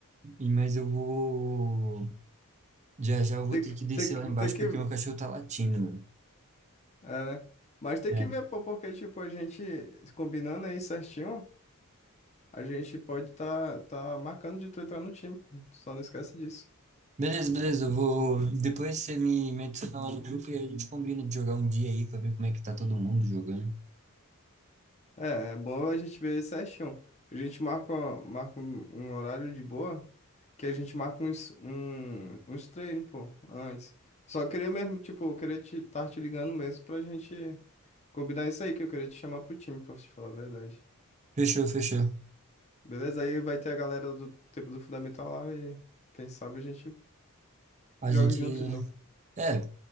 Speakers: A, on the right; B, on the left.
A: e mas eu vou. Já já eu vou
B: Tem
A: ter
B: que,
A: que descer
B: tem que,
A: lá embaixo
B: tem que,
A: porque meu cachorro tá latindo, mano.
B: é, né? Mas tem
A: É.
B: que ver, pô, porque, tipo, a gente combinando aí certinho, a gente pode tá, tá marcando de tu entrar no time, pô. só não esquece disso.
A: Beleza, beleza, eu vou. Depois você me, me adiciona lá no grupo e a gente combina de jogar um dia aí pra ver como é que tá todo mundo jogando.
B: É, é bom a gente ver certinho. A gente marca, marca um, um horário de boa, que a gente marca uns, um, uns treinos, pô, antes. Só queria mesmo, tipo, eu queria te, estar te ligando mesmo pra gente combinar isso aí, que eu queria te chamar pro time, pra te falar a verdade.
A: Fechou, fechou.
B: Beleza? Aí vai ter a galera do tempo do Fundamental lá e quem sabe a gente
A: A
B: joga
A: gente.
B: junto de novo.
A: É,